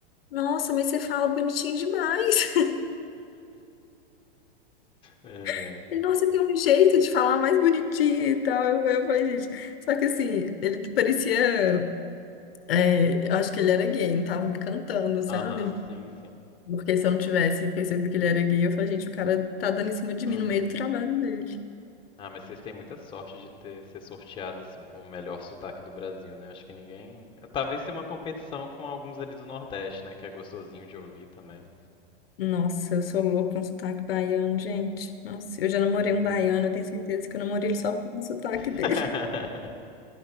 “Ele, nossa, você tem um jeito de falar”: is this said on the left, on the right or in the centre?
Left